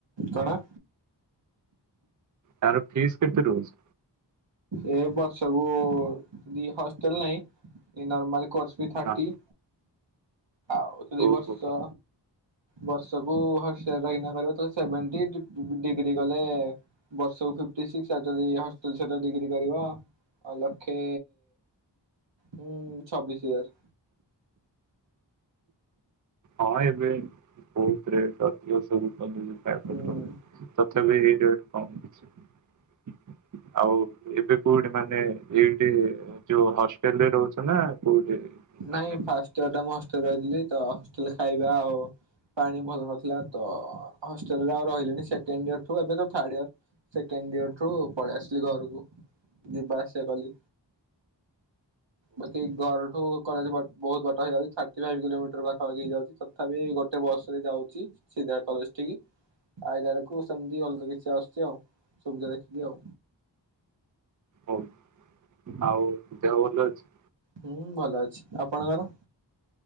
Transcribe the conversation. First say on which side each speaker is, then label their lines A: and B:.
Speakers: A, on the right (about 85°); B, on the right (about 45°).
A: କଣ?
B: ତାର ଫିସ୍ କେତେରହୁଛି?
A: ଏ ବର୍ଷକୁଦି ହଷ୍ଟେଲେ ନାହିଁ ନର୍ମାଲ କୋର୍ସ ବି ଥାର୍ଟି।
B: ହଁ
A: ଆଉଦୁଇ
B: ଓହୋ
A: ବର୍ଷ ବର୍ଷକୁ ହଷ୍ଟେଲରେ ରହିକିନା କରିବ ଜଦି ସେଭେଣ୍ଟି ଦି। ଡିଗ୍ରୀ କଲେ ବର୍ଷକୁ ଫିଫଟି ସିକ୍ସ ଆଉଯଦି ହଷ୍ଟେଲ ସହିତ ଡିଗ୍ରୀ କରିବ। ଆଉ ଲକ୍ଷେ ଉଁ ଛବିଶୀ ହଜାର।
B: ହଁ ଏବେ ବହୁତ ରେଟ ଅଧିକ ସବୁ କଲେଜ ରେ ପ୍ରାଇଭେଟ
A: ହୁଁ।
B: କଲେଜ ରେ। ତଥାପି ରେଟ କମଅଛି। ଆଉ ଏବେ କୋଉଠି ମାନେ ଏଇଠି। ଯୋଉ ହଷ୍ଟେଲରେ ରହୁଛ ନା କୋଉଠି? ମାନେ
A: ନାଇଁ ଫାଷ୍ଟ ଇୟର ଟା ମୁଁ ହଷ୍ଟେଲରେ ରହିଥିଲି ତ ହଷ୍ଟେଲରେ ଖାଇବାଆଉ। ପାଣି ଭଲ ନଥିଲା ତ ହଷ୍ଟେଲ ରେ ଆଉ ରହିଲି ନି ସେକେଣ୍ଡ ଇୟର ଠୁ ଏବେତ ଥାଡେଇୟର୍। ସେକେଣ୍ଡଇୟର୍ ଠୁ ପଳେଇ ଆସିଲିଘରକୁ ଯିବା ଆସିବା କଲି। ବାକି ଘର ଠୁ। କଲେଜ ବହୁତ ବାଟ ହେଇଯାଉଛି ଥାର୍ଟି ଫାଇବ କିଲୋମିଟର ପାଖାପାଖି ହେଇଯାଉଛି ତଥାପି ଗୋଟେ ବସ୍ ରେ ଯାଉଛି। ସିଧା କଲେଜ ଠିକି ଆଇ ଲାବେଳକୁ। କୁ ସେମିତି ଅଲଗା କିଛି ଆସୁଛି ଆଉ ସୁବିଧା ଦେଖିକି ଆଉ।
B: ହୁଁ ଆଉଦେହ ଭଲଅଛି।
A: ହୁଁ ଭଲଅଛି ଆପଣଙ୍କର।